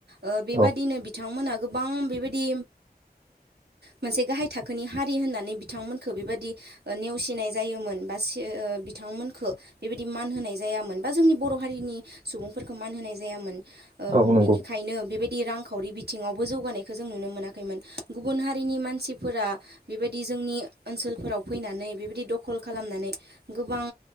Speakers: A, on the right; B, on the right.
A: ओ बेबादिनो
B: औ
A: बिथांमोनहा गोबां बेबादि मोनसे गाहाय थाखोनि हारि होननानै बिथांमोनखो बेबादि ओ नेवसिनाय जायोमोन बासि ओ ओ बिथांमोनखो बेबायदि मान होनाय जायामोन बा जोंनि बर' हारिनि सुबुंफोरखो मान होनाय जायामोन। ओ
B: औ नंगौ
A: बिनिखायनो बेबा यदि रांखावरि बिथिङावबो जौगानायखौ जों नुनो मोनाखैमोन। गुबुन हारिनि मानसिफोरा बेबायदि जोंनि ओनसोलफोराव फैनानै बेबायदि दखल खालामनानै गोबां